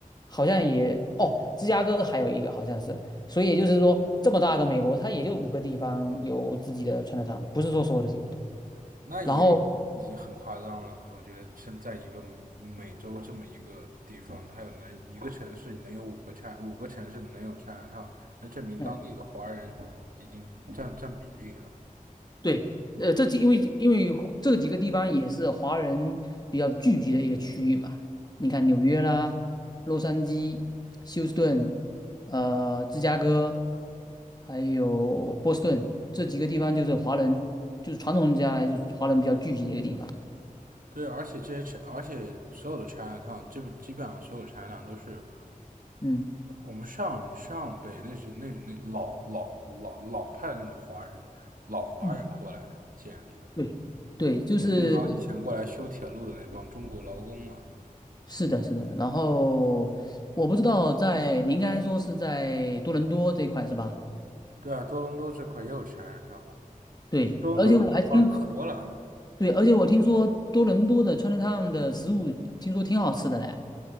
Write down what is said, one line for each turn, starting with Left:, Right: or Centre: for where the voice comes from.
Left: 好像也哦，芝加哥还有一个好像是，所以也就是说，这么大个美国，它也就五个地方有自己的川菜汤，不是说所有的地方都。
Right: 那也已经很夸张了。
Left: 然后，
Right: 我觉得身在一个美洲这么一个地方，它有能一个城市能有五个 China，五个城市能有 China Town，那证明当地的华人已经占占比例了。
Left: 嗯，对，呃，这几因为因为这几个地方也是华人比较聚集的一个区域嘛。你看纽约啦、洛杉矶、休斯顿、呃、芝加哥，还有波士顿这几个地方，就是华人，就是传统下来就是华人比较聚集的一个地方。
Right: 对，而且这些而且所有的 China Town，基本基本上所有 China Town 都是
Left: 嗯
Right: 我们上上辈那是那种那老老老老派的那种华人，老华人过来建立的，
Left: 嗯，对对，就是
Right: 就那帮以前过来修铁路的那帮中国劳工嘛。
Left: 是的，是的。然后我不知道在，您刚才说是在多伦多这一块是吧？
Right: 对啊，多伦多这块也有 China Town，
Left: 对，
Right: 我多伦多这边华人可多了。
Left: 而且我还听对，而且我听说多伦多的 Chinatown 的食物听说挺好吃的嘞。